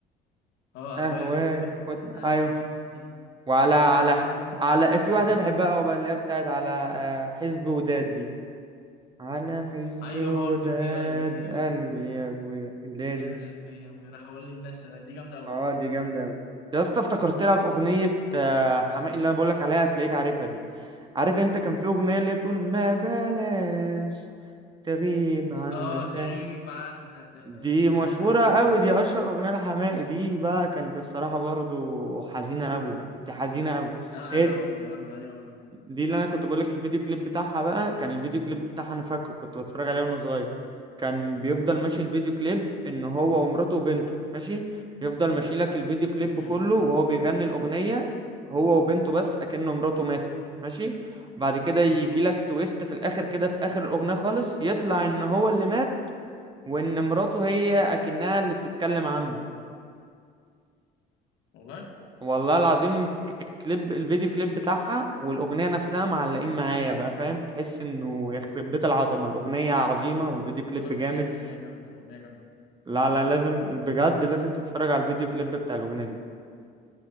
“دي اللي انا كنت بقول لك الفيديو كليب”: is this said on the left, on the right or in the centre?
Right